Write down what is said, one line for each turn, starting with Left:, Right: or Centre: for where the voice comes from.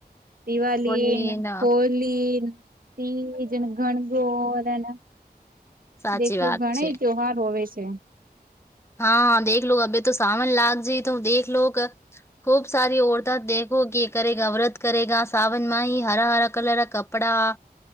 Right: દિવાળીને,
Left: બોલીએ ના
Right: હોલીન, તીજન, ગણગોર અને.
Left: સાચી
Right: દેખલો
Left: વાત
Right: ઘણે
Left: છે.
Right: ત્યોવહાર હોવે છે.
Left: હા, દેખલો અભે તો સાવન લાગજે તુમ દેખલોક. ખૂબ સારી ઔરતા દેખો કે કરેગા? વ્રત કરેગા, સાવનમાં ઈ હરા હરા કલરા કપ પડા